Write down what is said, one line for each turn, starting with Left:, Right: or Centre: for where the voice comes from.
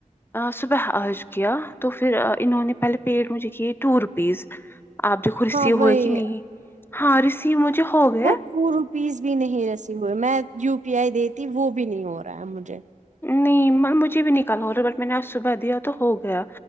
Left: صبح آج گیا تو پھر انہوں نے پہلے پیٹ مجھے کی ٹو روپیز آپ دیکھو ریسیو
Right: ہاں وہی
Left: ہوئے کہ نہیں ہاں ریسیو مجھے ہو گیا
Right: ٹو روپیز بھی نہیں رسی ہوئے میں یو پی آئی دیتی وہ بھی نہیں ہو رہا ہے مجھے
Left: نہیں مجھے بھی نکال ہو رہا بٹ میں نے آج صبح دیا تو ہو گیا